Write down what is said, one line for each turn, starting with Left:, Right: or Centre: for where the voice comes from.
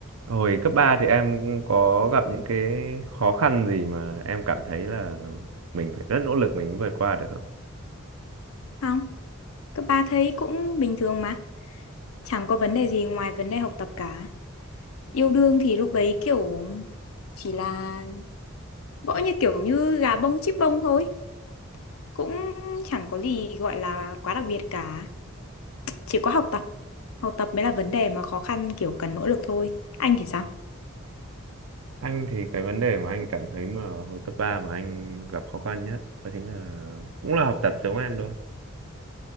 Right: Hồi cấp 3 thì em có gặp những cái khó khăn gì mà em cảm thấy là mình phải rất nỗ lực mình mới vượt qua được không?
Left: Không, cấp 3 thấy cũng bình thường mà. Chẳng có vấn đề gì ngoài vấn đề học tập cả. Yêu đương thì lúc đấy kiểu chỉ là gõ như kiểu như gà bông chích bông thôi. Cũng chẳng có gì gọi là quá đặc biệt cả. Chỉ có học tập. Học tập mới là vấn đề mà khó khăn kiểu cần nỗ lực thôi. Anh thì sao?
Right: Anh thì cái vấn đề mà anh cảm thấy mà hồi cấp 3 mà anh gặp khó khăn nhất đó chính là cũng là học tập giống em thôi.